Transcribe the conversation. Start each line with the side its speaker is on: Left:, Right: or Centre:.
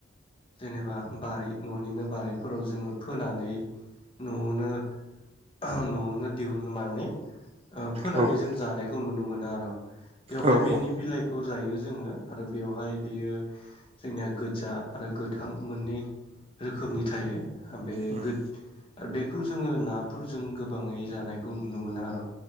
Left: जेनेबा बारि न'निनो बारिफोराव जोङो फोनानै न'आवनो ओहो न'आवनो दिहुननो मानि ओ फोनानै
Right: औ
Left: जों जायो खौ नुनो मोनो आरो बेवहाय
Right: औ
Left: बेनि
Right: औ
Left: बिलाइखौ जायो जोङो आरो बेवहाय बियो जोंनिया गोजा आरो गोथां मोननै रोखोमनि थायो बे
Right: उम
Left: गो बेखौ जोङो नाफोरजों जों गोबाङै जानायखौ नुनो मोनो आरो